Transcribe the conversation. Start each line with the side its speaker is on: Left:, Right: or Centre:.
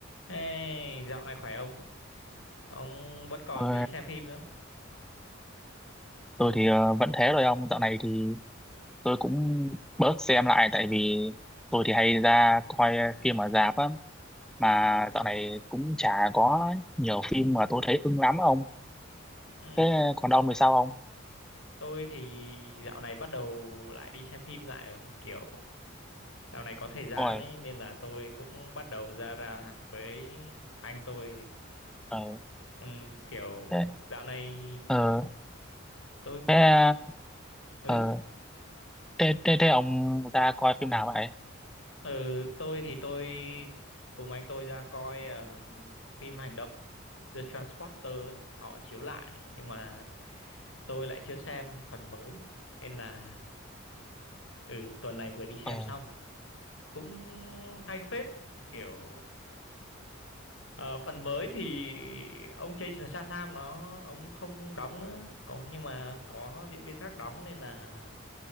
Left: Ê, dạo này khỏe không? Ông vẫn còn
Centre: Ờ,
Left: đi xem phim nữa.
Centre: tôi thì ờ, vẫn thế rồi ông dạo này thì tôi cũng bớt xem lại tại vì tôi thì hay ra coi phim ở rạp á mà dạo này cũng chả có nhiều phim mà tôi thấy ưng lắm á ông
Left: Ừ,
Centre: thế còn ông thì sao ông
Left: tôi thì dạo này bắt đầu lại đi xem phim lại rồi. Kiểu dạo này có thời gian
Centre: ôi
Left: ấy nên là tôi cũng bắt đầu ra ra với anh tôi.
Centre: ờ
Left: Ừ, kiểu
Centre: thế
Left: dạo này
Centre: ờ
Left: tôi
Centre: thế
Left: ấy
Centre: ờ thế, thế, thế ông ra coi phim nào vậy
Left: Ừ, tôi thì tôi cùng anh tôi ra coi ờ, phim hành động The Transporter ấy. Họ chiếu lại nhưng mà tôi lại chưa xem phần mới nên là ừ tuần này vừa đi xem
Centre: ờ
Left: xong cũng hay phết Cái kiểu ờ, phần mới thì ông Jason Statham nó ông không đóng nữa có nhưng mà có diễn viên khác đóng nên là